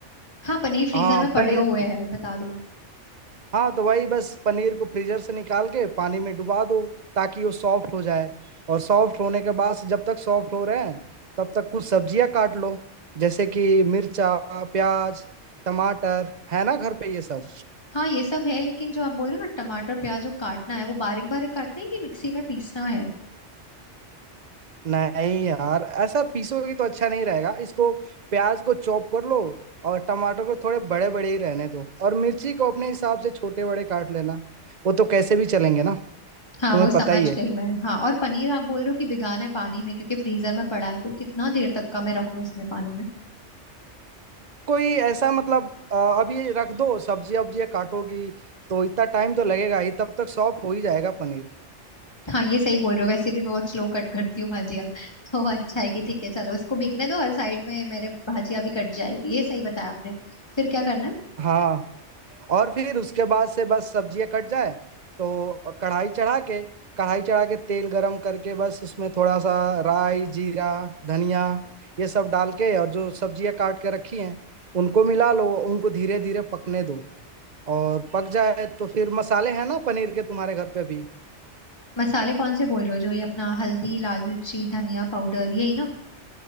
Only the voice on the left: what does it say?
हाँ पनीर फ्रीजर
में पड़े
हुए हैं बता दो
हाँ ये सब है लेकिन जो आप बोल रहे हो ना टमाटर प्याज जो काटना है वो बारीक बारीक काटना है कि मिक्सी में पीसना है
हाँ
वो समझ
गई मैं हाँ और पनीर आप बोल रहे हो कि भिगाना है पानी में क्योंकि फ्रीजर में पड़ा है तो कितना देर तक का मैं रखूँ उसमें पानी में
हाँ ये सही बोल रहे हो वैसे भी मैं बहुत स्लो कट करती हूँ भाजिया तो अच्छा है कि ठीक है चलो इसको भीगने दो और साइड में मेरे भाजिया भी कट जाएगी ये सही बताया आपने फिर क्या करना है
मसाले कौन से बोल रहे हो जो ये अपना हल्दी लाल मिर्ची धनिया पाउडर यही ना